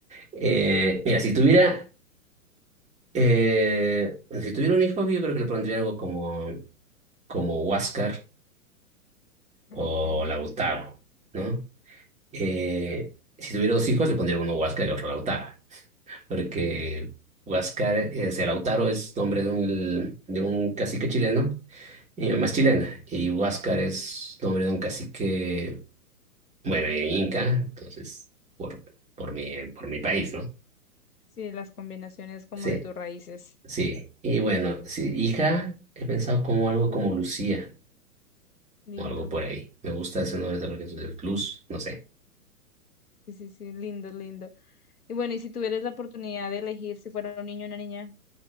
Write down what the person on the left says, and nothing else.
Okay.
Sí, las combinaciones como
de tus raíces.
Lindo.
Sí, sí, sí, lindo, lindo. Y bueno, y si tuvieras la oportunidad de elegir si fuera un niño o una niña,